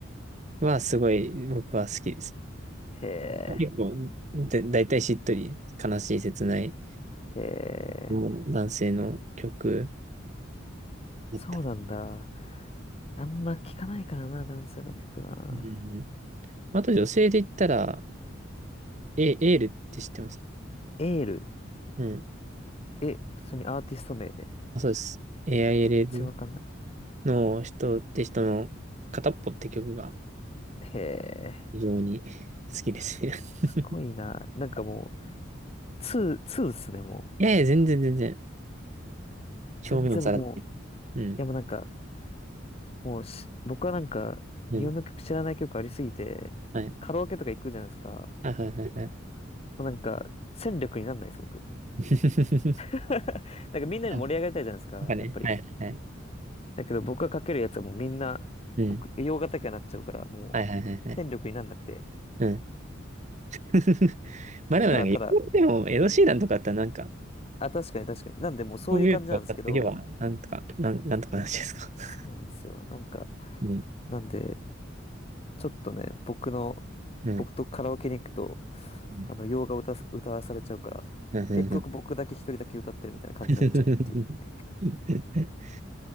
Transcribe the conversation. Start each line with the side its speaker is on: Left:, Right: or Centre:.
Right: はすごい僕は好きです。
Left: へ
Right: 結構、だ、だいたいしっとり、悲しい、切ない
Left: え、へ
Right: の男性の曲
Left: え、
Right: だったり。
Left: そうなんだ。あんま聞かないからな、男性の曲な。
Right: うん。あと女性で言ったら、エ、エールって知ってますか
Left: エール。
Right: うん。
Left: え、普通にアーティスト名で。
Right: あそうです。AILL。
Left: 全然わかんない。
Right: の人って人の片っぽって曲が
Left: へえ、
Right: 非常に好きですね。
Left: すごいな。
Right: <laughs>
Left: なんかもう、ツー、ツーっすね、もう。
Right: いやいや、全然全然。
Left: 全然僕も。
Right: 表面をさらって。うん。
Left: いや、もうなんか、もうし、僕はなんか、
Right: うん。
Left: 日本の曲知らない曲ありすぎて、
Right: はい。
Left: カラオケとか行くじゃないですか。
Right: あ、はいはいはい。
Left: もうなんか、戦力になんないです、僕。
Right: <laughs>
Left: <laughs> なんかみんなに盛り上がりたいじゃないですか、
Right: あなんかね、
Left: やっぱり。
Right: はいはいはい。
Left: だけど僕がかけるやつはもうみんな、
Right: うん。
Left: 僕、洋楽とかになっちゃうから、もう、
Right: はいはいはいはい。
Left: 戦力になんなくて、
Right: うん。<laughs> まあでもなんか、
Left: ただただ
Right: 言っても、エド・シーランとかだったらなんか、
Left: あ、確かに確かに。なんで、もうそういう感じなんですけど、
Right: こういうのを買っていけば、なんとか、なん、なんとかなるじゃないですか。<laughs>
Left: そうなんですよ。なんか、
Right: うん。
Left: なんで、ちょっとね、僕の、
Right: うん。
Left: 僕とカラオケに行くと、
Right: う
Left: あの、洋画歌す、歌わされちゃうから、
Right: ん。うん。
Left: 結局僕だけ一人だけ歌ってるみたいな感じになっちゃうっていう。
Right: うん <laughs>